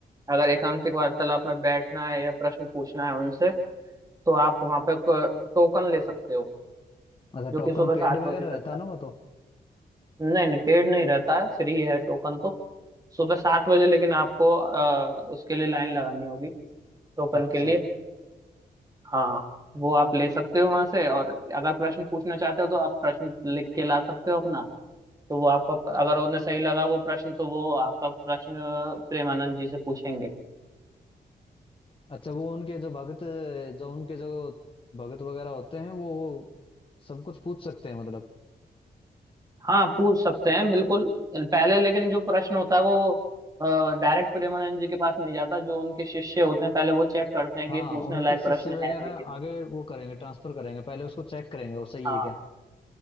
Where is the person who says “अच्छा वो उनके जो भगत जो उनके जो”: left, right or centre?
Left